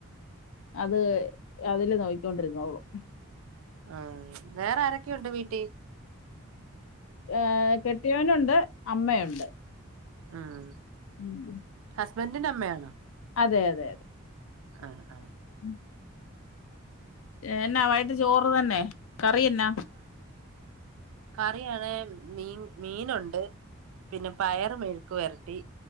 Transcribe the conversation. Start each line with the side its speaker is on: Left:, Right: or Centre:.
Left: അത് അതില് നോക്കിക്കൊണ്ടിരുന്നോളും
Right: ആ വേറെ ആരൊക്കെയുണ്ട് വീട്ടി?
Left: ഏ കെട്ടിയവനുണ്ട്. അമ്മയു ണ്ട്.
Right: ആഹ്.
Left: ഉം.
Right: ഹസ്ബന്റിന്റെ അമ്മയാണോ?
Left: അതെ അതെ അതെ.
Right: ആ ആ
Left: ഉം എന്നാ വൈട്ട് ചോറ് തന്നെ കറിഎന്നാ
Right: കറിയാണ് മീൻ മീനുണ്ട് പിന്നെ പയറ് മെഴുക്ക് വരട്ടി